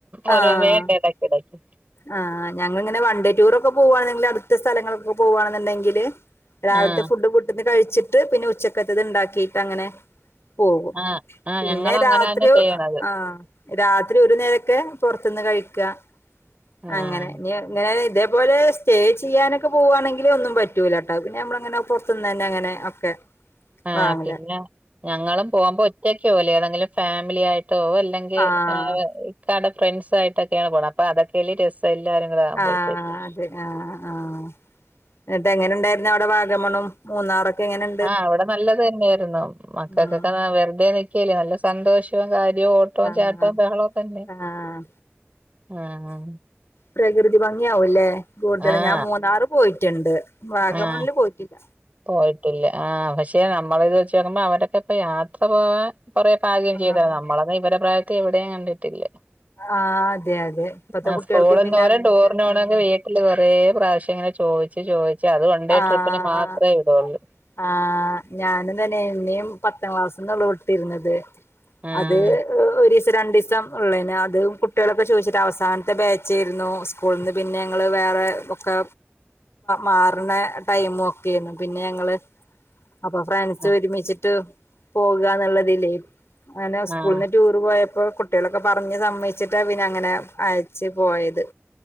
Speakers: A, on the right; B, on the left.
A: ഓരോ
B: ആ
A: വേണ്ട ഇടക്കിടക്ക്
B: ആഹ് ഞങ്ങളിങ്ങനെ വൺ ഡേ ടൂർ ഒക്കെ പോവുവാണെങ്കിൽ അടുത്ത സ്ഥലങ്ങളൊക്കെ പോവുവാണെന്നുണ്ടെങ്കില് രാവിലത്തെ
A: ആഹ്
B: ഫുഡ് വീട്ടിന്ന് കഴിച്ചിട്ട് പിന്നെ ഉച്ചക്കത്തത് ഉണ്ടാക്കിട്ട് അങ്ങനെ പോകും
A: ആഹ് ആഹ്
B: പിന്നെ
A: ഞങ്ങളും അങ്ങനെ
B: രാത്രി
A: തന്നെ ചെയ്യണത്
B: ആഹ് രാത്രി ഒരു നേരൊക്കെ പുറത്തുന്ന് കഴിക്കുക
A: ആഹ്
B: അങ്ങനെ ഇനി ഇങ്ങനെ ഇതേപോലെ സ്റ്റേ ചെയ്യാനൊക്കെ പോവാണെങ്കിലും ഒന്നും പറ്റൂല കേട്ടോ പിന്നെ നമ്മളങ്ങനെ പുറത്തുന്ന് തന്നെ അങ്ങനെ ഒക്കെ
A: ആഹ്
B: വാങ്ങല
A: പിന്നെ ഞങ്ങളും പോകുമ്പോ ഒറ്റക്ക് പോവൂല്ല ഏതെങ്കിലും ഫാമിലി ആയിട്ട്‌ പോവും അല്ലെ ങ്കിൽ
B: ആഹ്
A: ഇക്കാടെ ഫ്രണ്ട്സും ആയിട്ടൊക്കെയാണ് പോണത് അപ്പം അതൊക്കെല്ലേ രസം എല്ലാരും കൂടെ ആവുമ്പോഴത്തേക്ക്
B: ആഹ് അതെ ആഹ് ആഹ് എന്നിട്ട് എങ്ങനെ ഉണ്ടായിരുന്നു അവിടെ വാഗമണ്ണും മൂന്നാറൊക്കെ എങ്ങനെ
A: ആഹ് അവിടെ നല്ലത് തന്നെയായിരുന്നു മക്കൾക്കൊക്കെ
B: ഉം
A: വെറുതെ നിക്കയല്ലേ നല്ല സ് സന്തോഷവും കാര്യവും ഓട്ടവും
B: ആഹ്
A: ചാട്ടവും ബഹളവും തന്നെ
B: ആഹ്
A: ആഹ്
B: പ്രകൃതി ഭംഗിയാവൂല്ലേ കൂടുതല്
A: ആഹ്
B: ഞാൻ മൂന്നാറ് പോയിട്ടുണ്ട് വാഗമണ്ണില്
A: ആഹ്
B: പോയിട്ടില്ല
A: പോയിട്ടില്ല ആ പക്ഷെ നമ്മള് ഇത് വെച്ച് നോക്കുമ്പോ അവടൊക്കെ ഇപ്പ യാത്ര പോവാൻ കുറെ ഭാഗ്യം
B: ആഹ്
A: ചെയ്തതാ നമ്മള് എന്നാ ഇവരുടെ പ്രായത്തിൽ എവിടെയും കണ്ടിട്ടില്ല
B: ആഹ് അതെ അതെ ഇപ്പത്തെ
A: ആഹ്
B: കുട്ടികൾക്ക്
A: സ്കൂളിന്ന്
B: പിന്നെ
A: പോലും
B: അതിനൊക്കെ
A: ടൂറിന് പോണൊക്കെ
B: ആഹ്
A: വീട്ടില് കൊറെ പ്രാവശ്യം ഇങ്ങനെ ചോദിച്ചു ചോദിച്ച് അത് വൺഡേ
B: ആഹ്
A: ട്രിപ്പിന് മാത്രവേ വിടൂള്ളൂ
B: ആഹ് ഞാനും തന്നെ എന്നെയും പത്താം ക്ലാസീന്നേയുള്ളൂ വിട്ടിരുന്നത്
A: ആഹ്
B: അത് ഒരു ദിവസം രണ്ട് ദിവ സം ഉള്ളേന് അതും കുട്ടികളൊക്കെ ചോദിച്ചിട്ട് അവസാനത്തെ ബാച്ചായിരുന്നു സ്കൂളിൽ നിന്ന് പിന്നെ ഞങ്ങള് വേറെ ഒക്കെ മാറണ ടൈമും ഒക്കെയാരുന്നു പിന്നെ ഞങ്ങള് അപ്പൊ ഫ്രണ്ട്സും
A: ആഹ്
B: ഒരുമിച്ചിട്ട് പോകുകാന്നുള്ള ഇതിലേ അങ്ങനെ സ്കൂളീന്ന്
A: ആഹ്
B: ടൂറ് പോയപ്പോ കുട്ടികളൊക്കെ പറഞ്ഞ് സമ്മയിച്ചിട്ടാ പിന്നെ അങ്ങനെ അയച്ച് പോയത്